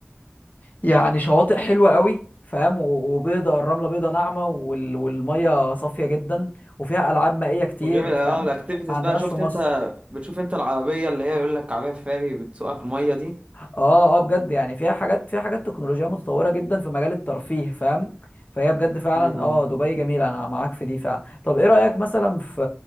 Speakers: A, on the left; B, on the right.
A: يعني شواطئ حلوه قوي فاهم و- وبيضه الرمله بيضه ناعمه وال... والميه صافيه جدا وفيها العاب مائيه كتير
B: وغير ال-
A: فاهم
B: اه الاكتيفيتيز
A: ما عندناش
B: بقى شفت
A: في مصر
B: انت بتشوف انت العربيه اللي هي يقول لك عربيه فاري بتسوقها في الميه دي
A: اه اه بجد يعني فيها حاجات فيها حاجات تكنولوجيا متطوره جدا في مجال الترفيه فاهم فهي بجد فعلا
B: ايوه
A: اه دبي جميله انا معاك في دي فعلا طب ايه رايك مثلا في